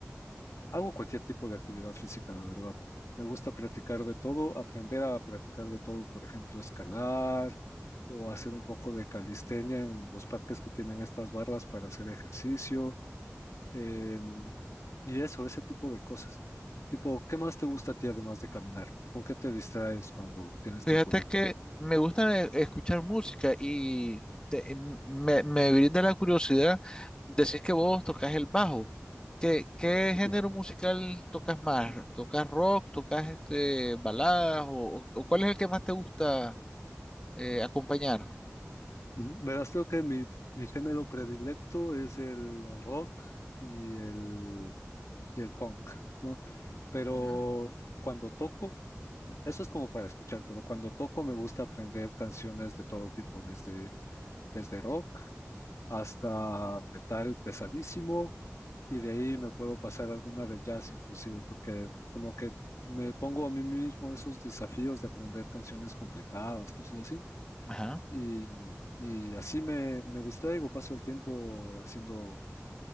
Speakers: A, on the left; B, on the left.
A: hago cualquier tipo de actividad física, la verdad. Me gusta practicar de todo, aprender a practicar de todo, por ejemplo, escalar o hacer un poco de calistenia en los parques que tienen estas barras para hacer ejercicio. eh, y eso, ese tipo de cosas. Tipo, ¿qué más te gusta a ti además de caminar? ¿Con qué te distraes cuando tienes
B: Fíjate
A: tiempo libre?
B: que me gusta e- escuchar música y te- m- me, me brinda la curiosidad. Decís que vos tocas el bajo. ¿Qué, qué género
A: Sí.
B: musical tocas más? ¿Tocas rock? ¿Tocas este baladas? ¿O, o- o cuál es el que más te gusta eh, acompañar?
A: Verás, creo que mi, mi género predilecto es el rock y el, y el punk, ¿no? Pero
B: Ujú.
A: cuando toco, eso es como para escuchar, pero cuando toco me gusta aprender canciones de todo tipo, desde, desde rock hasta metal pesadísimo, y de ahí me puedo pasar alguna de jazz inclusive, porque como que me pongo a mí mismo esos desafíos de aprender canciones complicadas, cosas así.
B: Ajá.
A: Y, y así me, me distraigo, paso el tiempo haciendo,